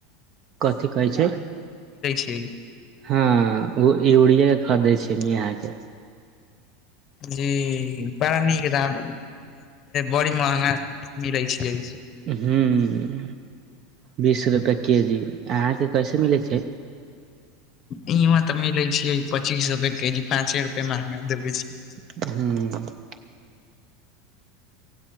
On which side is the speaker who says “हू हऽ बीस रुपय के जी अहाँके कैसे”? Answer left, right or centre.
Right